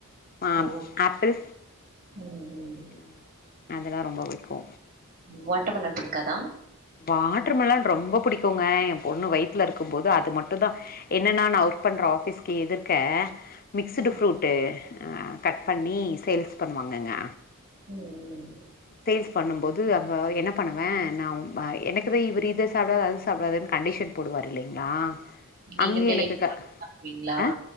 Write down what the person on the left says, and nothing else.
ஆம்
ஆப்பிள்
ம் அதலா ரொம்போ புடிக்கோ
வாட்ரு மெலான் ரொம்போ புடிக்கோங்க எ பொண்ணு வய்த்துல இருக்கும்போது அது மட்டுந்தா என்னெனா நா ஒர்க் பண்ற ஆஃபீஸ்க்கு எதிர்க்க மிக்ஸ்டு
ஃப்ரூட்டு கட் பண்ணி சேல்ஸ் பண்ணுவாங்கங்க
சேல்ஸ் பண்ணும்போது அஹா என்ன பண்ணுவே நா உ வ எனக்குதா இவுறு இத சாப்டாத அத சாப்டாதன் கண்டிஷன் போடுவாரு இல்லைங்ளா
அங்கே
எனக்கு க
அ